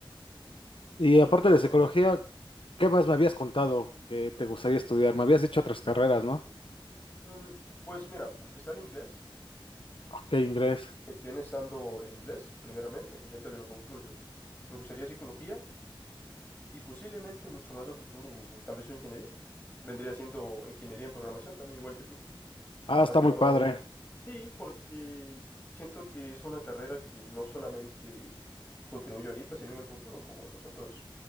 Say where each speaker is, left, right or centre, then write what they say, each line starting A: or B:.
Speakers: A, on the left; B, on the left.
A: Y aparte
B: Incluso,
A: de psicología, ¿qué más me habías contado que te gustaría estudiar? Me habías dicho otras carreras, ¿no?
B: mm, pues mira, está el inglés.
A: Ok, inglés.
B: Eh, Viene estando el inglés, primeramente, que ya casi lo concluyo. Me gustaría psicología y posiblemente mucho más a futuro, o tal vez una ingeniería. Vendría siendo ingeniería en programación también, igual que tú.
A: Ah, está
B: Más que
A: muy
B: todo,
A: padre.
B: sí, porque siento que es una carrera que no solamente contribuye ahorita, sino en el futuro, como nosotros